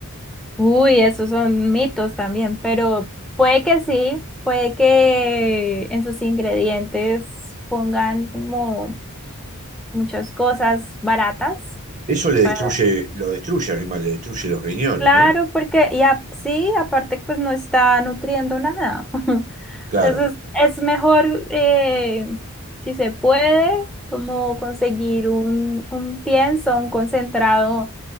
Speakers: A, in the centre; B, on the right.
A: Uy, esos son mitos también, pero puede que sí, puede que en sus ingredientes pongan como muchas cosas baratas.
B: Eso le
A: para-
B: destruye, lo destruye al animal, le destruye los riñones,
A: Claro,
B: ¿no?
A: porque y a- sí, aparte pues no está nutriendo nada. <laughs>
B: Claro.
A: Entonces es mejor, eh, si se puede, como conseguir un, un pienso, un concentrado,